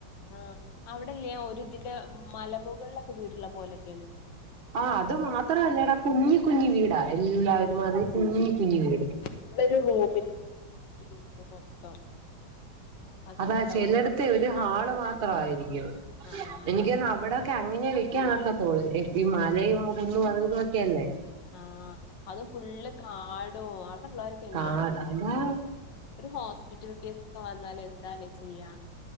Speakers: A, on the left; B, on the right.
A: ആഹ് അവിടല്ലേ ഒരു ഇതിന്റെ മലമുകളിലൊക്കെ വീട്ള്ള പോലൊക്കെയാണ്
B: ആഹ് അത് മാത്രല്ലെടാ കുഞ്ഞി കുഞ്ഞി വീടാ എല്ലാവരും അതെ കുഞ്ഞി കുഞ്ഞി വീട്
A: നമ്മടെ ഒരു റൂമിന്റെ <unintelligible> ആ ഒരു വീട് മൊത്തം അത്രേ
B: അതാ
A: ഉണ്ടാവുള്ളൂ
B: ചെലട്ത്ത് ഒരു ഹാള് മാത്രവായിരിക്കും
A: ആഹ് അതെ
B: എനിക്ക് തോന്ന് അവിടെ ക്കെ അങ്ങനെ വെക്കാൻ ഒക്കത്തൊള്ളൂ ഈ മലയും കുന്നും അതും ഇതും ഒക്കെ അല്ലേ
A: ആഹ് അത് ഫുള്ള് കാടു അവിടെള്ളോരൊക്കെ എങ്ങനെയണാവോ
B: കാ അതാ
A: <unintelligible> ഒരു ഹോസ്പിറ്റൽ കേസൊക്കെ വന്നാല് എന്താല്ലേ ചെയ്യ